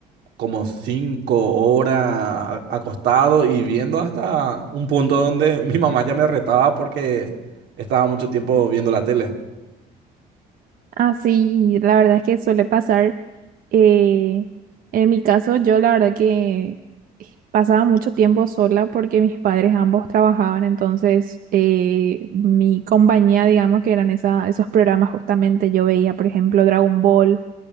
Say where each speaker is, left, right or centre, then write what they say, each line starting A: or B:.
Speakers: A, on the right; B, on the right.
A: como cinco horas a- acostado y viendo hasta un punto donde <laughs> mi mamá ya me retaba porque estaba mucho tiempo viendo la tele.
B: Ah, sí, la verdad es que suele pasar. eh, en mi caso, yo la verdad que pasaba mucho tiempo sola porque mis padres ambos trabajaban, entonces eh, mi compañía, digamos que eran esa, esos programas justamente, yo veía, por ejemplo, Dragon Ball,